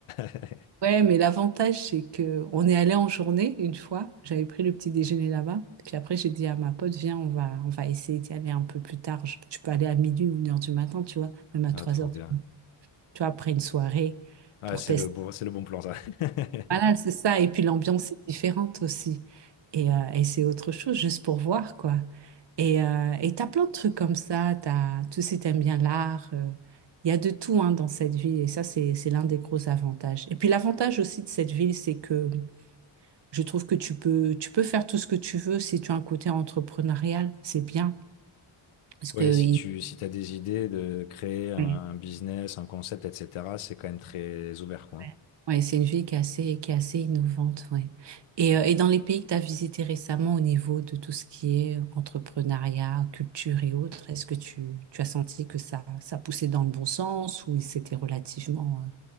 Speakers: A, on the left; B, on the right.
A: <laughs>
B: Ouais, mais l'avantage, c'est que on est allé en journée une fois. J'avais pris le petit déjeuner là-bas. Puis après, j'ai dit à ma pote, viens, on va, on va essayer d'y aller un peu plus tard. Je- tu peux aller à minuit ou une heure du matin, tu vois, même à
A: Ah,
B: trois
A: trop
B: heures.
A: bien.
B: du- Tu vois, après une soirée
A: Ah,
B: pour
A: c'est
B: tester.
A: le bon, c'est le bon plan, ça. <laughs>
B: Voilà, c'est ça. Et puis l'ambiance est différente aussi. Et, euh, et c'est autre chose, juste pour voir, quoi. Et, euh, et t'as plein de trucs comme ça. T'as, tu sais, t'aimes bien l'art. euh, Il y a de tout hein, dans cette ville. Et ça, c'est, c'est l'un des gros avantages. Et puis l'avantage aussi de cette ville, c'est que je trouve que tu peux, tu peux faire tout ce que tu veux si tu as un côté entrepreneurial, c'est bien. Parce
A: Ouais,
B: que
A: si
B: il-
A: tu si t'as des idées de créer un,
B: ouais,
A: un business, un concept, etc., c'est quand même très ouvert, quoi.
B: ouais, Ouais, c'est une vie qui est assez, qui est assez innovante, ouais. Et, euh, et dans les pays que tu as visités récemment au niveau de tout ce qui est entrepreneuriat, culture et autres, est-ce que tu, tu as senti que ça, ça poussait dans le bon sens ou c'était relativement euh,